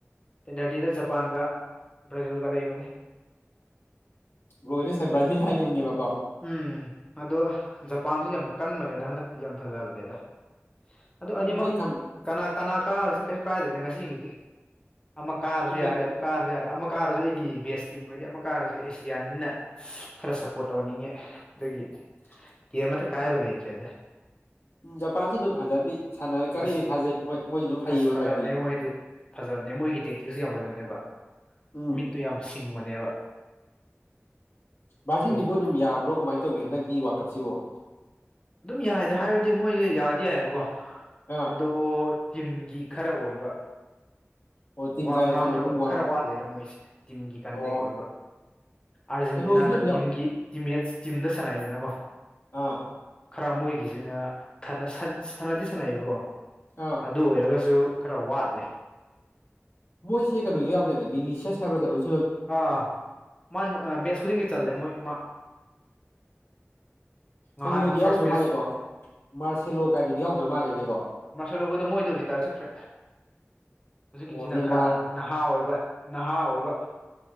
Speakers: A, on the left; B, on the left.
A: ꯇꯦꯟ ꯊꯥꯔꯇꯤꯗ ꯖꯄꯥꯟꯒ ꯕ꯭ꯔꯥꯖꯜꯒ ꯂꯩꯕꯅꯦ
B: ꯕ꯭ꯔꯣꯍꯣꯏꯅ ꯉꯁꯥꯏ ꯕ꯭ꯔꯥꯖꯤꯜ ꯍꯥꯏꯈꯤꯕꯅꯦꯕꯀꯣ
A: ꯎꯝ ꯑꯗꯣ ꯖꯄꯥꯟꯁꯨ ꯌꯥꯝ ꯀꯟꯕꯅꯦꯗ ꯍꯟꯗꯛꯇꯤ ꯌꯥꯝ ꯐꯖꯕꯅꯦꯗ ꯑꯗꯨ
B: ꯎꯝ
A: ꯑꯅꯤꯃꯛ
B: ꯑꯩ ꯈꯟ
A: ꯀꯅꯥ ꯀꯅꯥ ꯀꯥꯔꯁꯦ ꯀꯩꯁꯨ ꯀꯥꯏꯗ꯭ꯔꯗ ꯉꯁꯤꯒꯤꯗꯤ ꯑꯃ ꯀꯥꯔ
B: ꯎꯝ
A: ꯌꯥꯔꯦ ꯀꯥꯔꯔꯦ ꯑꯃ ꯀꯥꯔꯁꯨ ꯑꯩꯒꯤ ꯕꯦꯁ ꯇꯤꯝ ꯑꯣꯏꯔꯗꯤ ꯑꯃ ꯀꯥꯔꯁꯨ ꯑꯦꯁꯤꯌꯥꯟꯅꯤꯅ ꯈꯔ ꯁꯞꯄꯣꯔꯠ ꯇꯧꯍꯅꯤꯡꯉꯦ ꯑꯩꯗꯒꯤ
B: <unintelligible>
A: ꯀꯃ ꯀꯥꯏ ꯂ ꯏꯠꯂ
B: ꯎꯝ ꯖꯄꯥꯟꯁꯨ ꯑꯗꯨꯝ ꯐꯖꯗꯤ ꯁꯥꯟꯅꯔꯦ ꯀꯔꯤꯗꯤ
A: ꯑꯁ
B: ꯊꯥꯖꯩ ꯃꯣꯏ ꯃꯣꯏꯁꯨ ꯑꯗꯨꯝ ꯍꯩꯌꯦ
A: ꯑꯁ ꯐꯖꯕꯅꯦ
B: ꯍꯟꯗꯛꯇꯤ
A: ꯃꯣꯏꯗꯤ ꯐꯖꯕꯅꯦ ꯃꯣꯏꯒꯤ ꯇꯦꯛꯇꯤꯛꯁꯨ ꯌꯥꯝ ꯐꯖꯕꯅꯦꯕ
B: ꯎꯝ
A: ꯃꯤꯠꯇꯨ ꯌꯥꯝ ꯁꯤꯡꯕꯅꯦꯕ
B: ꯚꯥꯔꯖꯤꯟꯁꯤꯕꯨ
A: ꯑꯗꯨꯒꯤ
B: ꯑꯗꯨꯝ ꯌꯥꯕ꯭ꯔꯣ ꯀꯃꯥꯏꯅ ꯇꯧꯒꯦ ꯍꯟꯗꯛꯀꯤ ꯋꯥꯔꯜ ꯀꯞꯁꯤꯕꯨ
A: ꯑꯗꯨꯝ ꯌꯥꯏꯗ ꯍꯥꯏꯕꯗꯤ ꯃꯣꯏꯁꯦ ꯌꯥꯗꯤ ꯌꯥꯏꯑꯕꯀꯣ
B: ꯑꯥ
A: ꯑꯗꯣ ꯇꯤꯝꯒꯤ ꯈꯔ ꯑꯣꯏꯕ
B: ꯑꯣ ꯇꯤꯝ
A: ꯋꯥ
B: ꯀꯩꯅꯣ
A: ꯉꯥꯡꯅꯕ
B: ꯇꯤꯝꯋꯥꯛ
A: ꯈꯔ ꯋꯥꯠꯂꯦꯗ ꯃꯣꯏꯁꯦ ꯇꯤꯝꯒꯤ ꯀꯟꯇꯦꯛ
B: ꯑꯣ
A: ꯑꯣꯏꯕ ꯑꯥꯔꯖꯦꯟꯇꯤꯅꯥꯅ
B: ꯀꯩꯅꯣꯁꯨ ꯑꯗꯨꯝ ꯌꯥꯎ
A: ꯇꯤꯝꯒꯤ ꯇꯤꯝꯃꯦꯠꯁ ꯇꯤꯝꯗ ꯁꯥꯟꯅꯗꯅꯀꯣ
B: ꯑꯥ
A: ꯈꯔ ꯃꯣꯏꯒꯤꯁꯤꯅ ꯁꯅꯗꯤ ꯁꯥꯟꯅꯩꯑꯕꯀꯣ
B: ꯑꯥ
A: ꯑꯗꯨ ꯑꯣꯏꯔꯒꯁꯨ ꯈꯔ ꯋꯥꯠꯂꯦ
B: ꯃꯣꯏꯁꯦ ꯀꯩꯅꯣꯒꯤ ꯌꯥꯎꯗꯣꯏꯅꯦ ꯕꯤꯅꯤꯁꯤꯁ ꯍꯥꯏꯕ꯭ꯔ ꯀꯩꯅꯣ
A: ꯑꯥ ꯃꯥ ꯃꯦꯠꯁ ꯈꯨꯗꯤꯡꯒꯤ ꯆꯜꯂꯦ ꯃꯣꯏ ꯃꯥ ꯉꯍꯥꯟꯅ
B: ꯀꯩꯅꯣꯈꯣꯏꯗꯤ
A: ꯐꯥꯔꯁ
B: ꯌꯥꯎꯗ꯭ꯔ
A: ꯃꯦꯠꯆ
B: ꯃꯥꯜꯂꯦꯀꯣ ꯃꯥꯔꯁꯦꯂꯣ ꯀꯥꯏꯗꯗꯤ ꯌꯥꯎꯗ꯭ꯔ ꯃꯥꯜꯂꯦꯅꯦꯀꯣ
A: ꯃꯥꯁꯜ ꯂꯧ ꯑꯩꯈꯣꯏꯗꯣ ꯃꯣꯏꯗꯧꯔꯤꯇꯥꯔ ꯆꯠꯈ꯭ꯔꯦ ꯍꯧꯖꯤꯛꯀꯤꯁꯤꯅ
B: ꯑꯣ ꯅꯦꯃꯥꯔ
A: ꯈꯔ ꯅꯍꯥ ꯑꯣꯏꯕ ꯅꯍꯥ ꯑꯣꯏꯕ